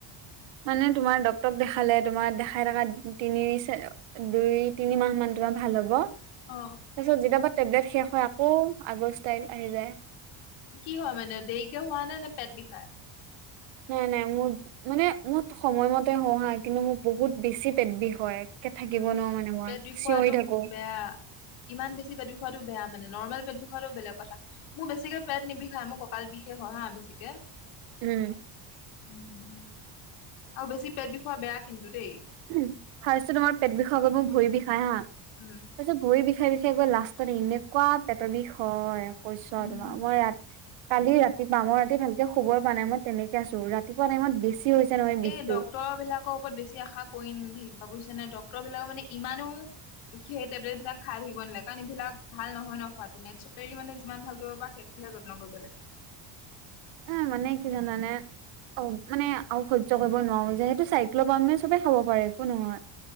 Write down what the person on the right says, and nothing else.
মানে তোমাৰ ডক্তৰক দেখালে তোমাৰ দেখাই থকা তিনিছে দুই তিনি মাহ মান তোমাৰ ভাল হব
তাৰ পিছত যেতিয়াবা টেবলেট শেষ হয় আকৌ আগ অবস্থা আহি যায়
নাই নাই মোৰ মানে মই সময়মতে হহা কিন্তু মোৰ বহুত বেছি পেদবি হয় একে থাকিব
নোৱাৰো মানে মই
চিঞৰি থাকো
উম
উ ফাৰ্ষ্ট তোমাৰ পেট বিষ আগত মোক ভৰি বিষায় হা
তাৰপিছত ভৰিৰ বিষে বিষে গৈ লাষ্টত এনেকুৱা পেটৰ বিষ হয় কৈছ
আৰু তোমাক মই ৰা কালি ৰাতিপুৱা মই ৰাতি ভালকে শুবই প পৰা নাই মই তেনেকে আছো ৰাতিপুৱা টাইমত বেছি হৈ হৈছে নহয় বিষটো।
এই মানে কি জানা নে অ মানে আৰু সহ্য কৰিব নোৱাৰো যেহেতু চাইক্লবামে সবেই খাব পাৰে একো নহয়